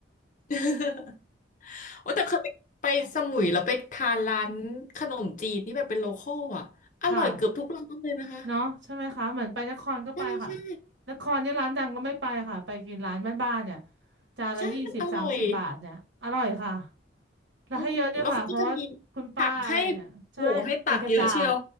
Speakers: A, on the left; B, on the right.
A: <laughs> โอ้แต่เคยไปไปสมุยแล้วไปทานร้านขนมจีนที่แบบเป็นโลคอลอ่ะอร่อยเกือบทุกร้านเลยนะคะ
B: ค่ะ เนาะใช่ไหมคะเหมือนไปนครก็ไปค่ะ
A: ใช่ใช่
B: นครเนี่ยร้านดังก็ไม่ไปค่ะไปกินร้านบ้านๆเนี่ยจานละยี่สิบสามสิบบาทเนี่ยอร่อยค่ะ
A: ใช่มันอร่อย
B: แล้วให้เยอะด้วยค่ะเพราะว่าคุณป้าอะไรเนี่ยใช่เป็นกระจาด
A: อืมแล้วเขาก็จะมีผักให้โอ้โหให้ตักเยอะเชียว